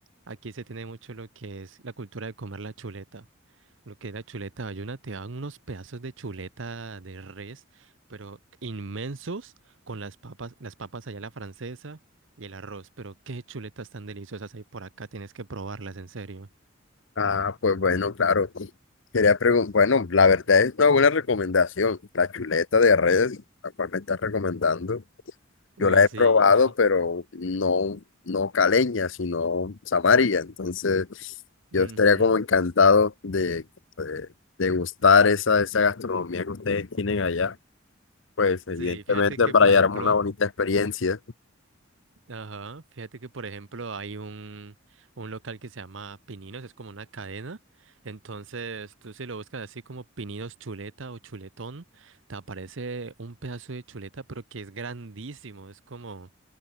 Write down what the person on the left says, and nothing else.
Ah, pues bueno, claro. Quería preguntar, bueno, la verdad es una buena recomendación. La chuleta de redes, la cual me estás recomendando.
Yo la
he probado,
pero no, no caleña, sino samaria. Entonces, yo
estaría como encantado de, de degustar esa, esa gastronomía que ustedes tienen allá. Pues, evidentemente,
para
llevarme
una bonita experiencia.